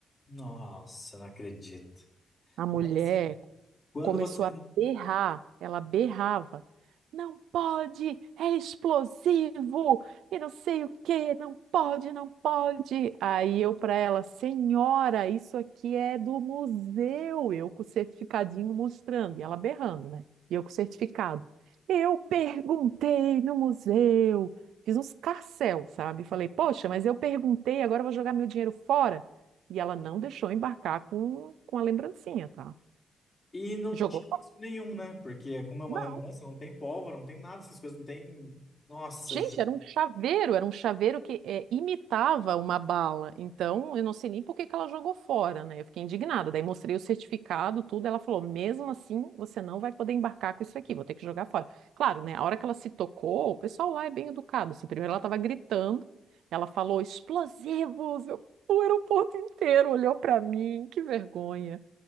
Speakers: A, on the left; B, on the right.
A: Nossa, não acredito.
B: A mulher
A: Mas assim, quando
B: começou
A: você.
B: a berrar, ela berrava. Não pode, é explosivo, e não sei o quê, não pode, não pode. Aí eu para ela, senhora, isso aqui é do museu, eu com o certificadinho mostrando, e ela berrando, né? E eu com o certificado. Eu perguntei no museu, fiz uns carcel, sabe? Falei, poxa, mas eu perguntei, agora eu vou jogar meu dinheiro fora. E ela não deixou embarcar com, com a lembrancinha, tá?
A: E não
B: Jogou
A: tinha risco nenhum, né? Porque como é uma
B: não.
A: lembrança, não tem pólvora, não tem nada, essas coisas, não tem. Nossa,
B: Gente,
A: ge-
B: era um chaveiro, era um chaveiro que é, imitava uma bala. Então, eu não sei nem por que que ela jogou fora, né? Eu fiquei indignada. Daí mostrei o certificado, tudo. Ela falou: mesmo assim, você não vai poder embarcar com isso aqui, vou ter que jogar fora. Claro, né? A hora que ela se tocou, o pessoal lá é bem educado. Assim, primeiro ela estava gritando, ela falou: explosivos! Eu- O aeroporto inteiro olhou para mim, que vergonha.